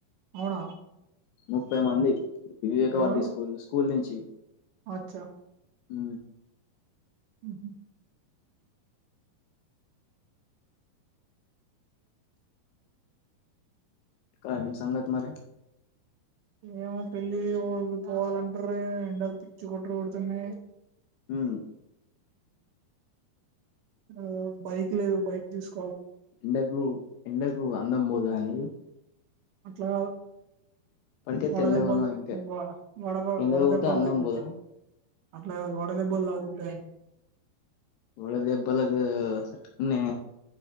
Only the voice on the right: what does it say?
అవునా
ఎవరు
అచ్చా
ఊహు
ఏమో పెళ్ళి పోవాలంటరి ఎండలు పిచ్చి కొట్టురు కొడుతున్నాయి
ఉ బైక్ లేదు బైక్ తీసుకు
అట్లగాదు
వడదెబ్బల్
వడ
వడదెబ్బల్
దగిళ్తే
అట్లగాదు వడదెబ్బలు తగుల్తాయని